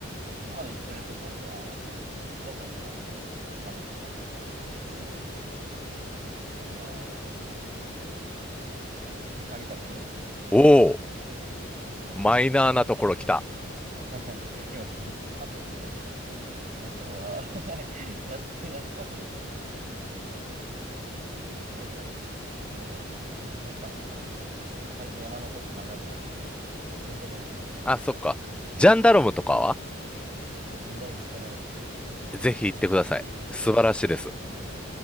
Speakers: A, on the right (about 40°); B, in the centre.
A: 今まで行ってるところは、北岳、愛の岳が多分一番高いところで、あとは、なんだっけ、テカリ岳、あの、
B: おお
A: アルプスのテカリ岳とか、
B: マイナーなところ来た。
A: <laughs> はい今ちょっとパッと思い浮かんだんで。あとは、<laughs> はいやつ、やつがたけもちろん行きますし、あとどこさい、去年、去年どこ行ったのかなちょっと最近山のこと考えてなかったから、パッと出てこないや。
B: あ、そっか。ジャンダルムとかは
A: ジャンダルム行ってないです。
B: ぜひ行ってください。
A: ジャンダルム行ってない。
B: 素晴らしいです。